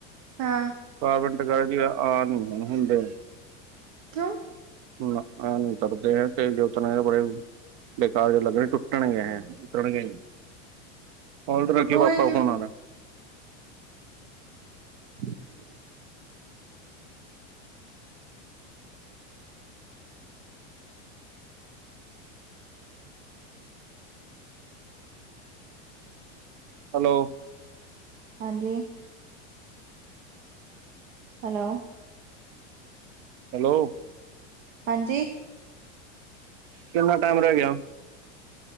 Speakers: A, on the right; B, on the right.
A: ਹਾਂ।
B: ਕਾਰਪੇਂਟਰ ਕੈਰੇ ਆ, ਆ ਨੀ ਹੁੰਦੇ।
A: ਕੇਓਂ?
B: ਨਾ ਆ ਨੀ ਕਰਦੇ ਤੇ ਜੇਤਨਾ ਬੜਾ ਈ। ਬੇਕਾਰ ਜੇ ਲੱਗਣੇ ਟੁੱਟਣਗੇ ਐ। ਉਤਰਨ ਗੇ ਨੀ ਹੋਲਡ ਤੇ
A: ਟੁੱਟੂਏ
B: ਰੱਖੀਓ, ਪਾਪਾ
A: ਕਿਵੇਂ
B: ਫੋਨ ਆਣਾ ਐ।
A: <inaudible>
B: ਹੈਲੋ।
A: ਹਾਂਜੀ। ਹੈਲੋ।
B: ਹੈਲੋ।
A: ਹਾਂਜੀ।
B: ਕਿੰਨਾ ਟਾਈਮ ਰਹਿ ਗਿਆ।